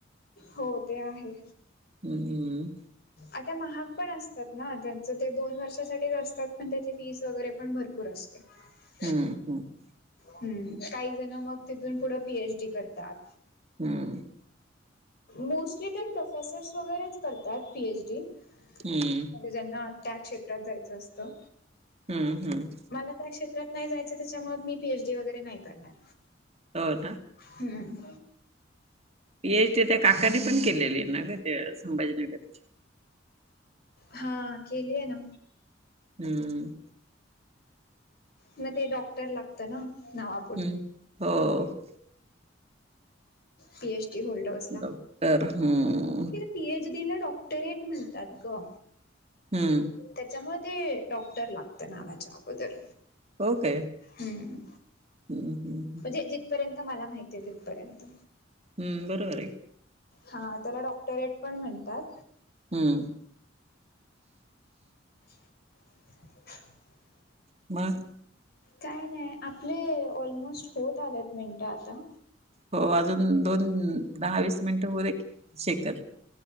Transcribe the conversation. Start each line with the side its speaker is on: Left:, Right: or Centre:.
Left: हो... ते आहे.
Right: हम्म
Left: आता महाग पण असतात ना त्याचं ते दोन वर्षासाठीच असतात पण त्यांची फीस वगैरे पण भरपूर असतात. <unintelligible>
Right: हम्म हम्
Left: हम्म काही जण मग तिथून पुढं पीएच डी करतात.
Right: हम्म
Left: मोस्टली तर प्रोफेसर्स वगैरेच करतात पीएच डी.
Right: हम्म.
Left: म्हणजे ज्यांना त्या क्षेत्रात जायचं असतं.
Right: हम्म हम्म.
Left: मला त्या क्षेत्रात नाही जायचं त्याच्यामुळे मी पी एच डी वगैरे नाही करणार.
Right: हो ना.
Left: हम्.
Right: ये त्या काकानी पण केलेली ना ग ते संभाजीनगरची.
Left: हा केली आहे ना.
Right: हम्म.
Left: मग ते डॉक्टर लागतं ना नावा
Right: हम् हो.
Left: पीएचडी होल्डर्सला.
Right: डॉक्टर हम्म
Left: पी एच डी ला डॉक्टरेट म्हणतात ग.
Right: हम्म.
Left: त्याच्यामुळे ते डॉक्टर लागत नावाच्या अगोदर.
Right: हो काय
Left: हम्
Right: हम्म हम्म
Left: म्हणजे जिथपर्यंत तर मला माहिती आहे तिथपर्यंत.
Right: हम्म बरोबर आहे.
Left: हा त्याला डॉक्टरेट पण म्हणतात.
Right: हम्म.
Left: <inaudible>
Right: म.
Left: काय नाही आपले ऑलमोस्ट होत आलेत मिनिट आता.
Right: हो अजून दोन दहा वीस मिनिटं होऊ दे की सेकंद.